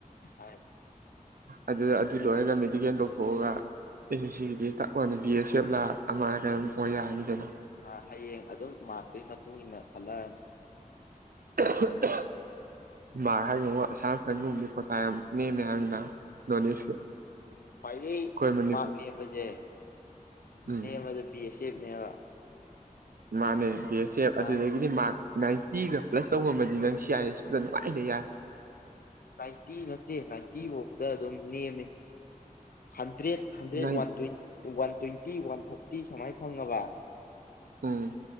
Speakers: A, on the left; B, on the right.
A: <unintelligible>
B: ꯑꯗꯨꯗ ꯑꯗꯨ ꯂꯣꯏꯔꯒ ꯃꯦꯗꯤꯀꯦꯜ ꯇꯧꯊꯣꯛꯑꯒ ꯑꯩꯁꯦ ꯁꯤꯒꯤꯗꯤ ꯇꯛ ꯂꯥꯎꯅ ꯕꯤ ꯑꯦꯁ ꯑꯦꯐ ꯂꯥ ꯑꯃꯔ ꯀꯩꯅꯣꯝ ꯑꯣꯏ ꯌꯥꯔꯅꯤ ꯀꯩꯅꯣ
A: ꯑꯥ ꯍꯌꯦꯡ ꯑꯗꯨꯝ ꯃꯥꯔꯛꯇꯨꯒꯤ ꯃꯇꯨꯡ ꯏꯟꯅ ꯈꯜꯂꯛꯑꯅꯤ
B: <unintelligible> ꯃꯥꯔꯛ ꯍꯥꯏꯔꯒꯉꯣ ꯑꯁꯥꯝ ꯔꯥꯏꯐꯟ ꯒꯨꯝꯕꯗꯤ ꯀꯣꯇꯥ ꯌꯥꯝ ꯅꯦꯝꯃꯦ ꯍꯥꯏꯕꯅꯤꯅꯥ ꯅꯣꯔꯠ ꯏꯁꯀꯤ
A: ꯈ꯭ꯋꯥꯏꯗꯩ
B: ꯑꯩꯈꯣꯏ ꯃꯅꯤꯄꯨꯔ
A: ꯃꯥꯔꯛ ꯅꯦꯝꯕꯁꯦ
B: ꯎꯝ
A: ꯅꯦꯝꯕꯁꯦ ꯕꯤ ꯑꯦꯁ ꯑꯦꯐꯅꯦꯕ
B: ꯃꯥꯅꯦ ꯕꯤ ꯑꯦꯁ ꯁꯤ ꯑꯦꯐ
A: ꯃꯥꯅꯦ
B: ꯑꯗꯨꯗꯒꯤꯗꯤ ꯃꯥꯔꯛ ꯅꯥꯏꯟꯇꯤꯒ ꯄ꯭ꯂꯁ ꯇꯧ ꯉꯝꯃꯗꯤ ꯅꯪ ꯁꯤ ꯑꯦꯁ ꯇꯨꯗꯅ ꯅꯨꯡꯉꯥꯏꯅ ꯂꯩ ꯌꯥ
A: ꯅꯥꯏꯟꯇꯤ ꯅꯠꯇꯦ ꯅꯥꯏꯟꯇꯤ ꯐꯧꯇ ꯑꯗꯨꯝ ꯅꯦꯝꯃꯦ hundred hundred
B: nine
A: one ꯇ꯭ꯋꯦꯟ one twenty one thirty ꯁꯨꯃꯥꯏꯅ ꯐꯪꯉꯕ
B: ꯎꯝ